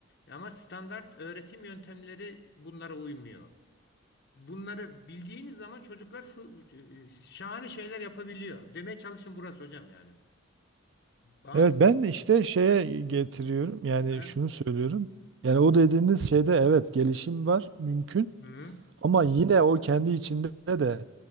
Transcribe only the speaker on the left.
Ama standart öğretim yöntemleri bunlara uymuyor. Bunları bildiğiniz zaman çocuklar fı- e, şahane şeyler yapabiliyor. Demeye çalışın burası hocam yani. Bazı
Ha?
Hı.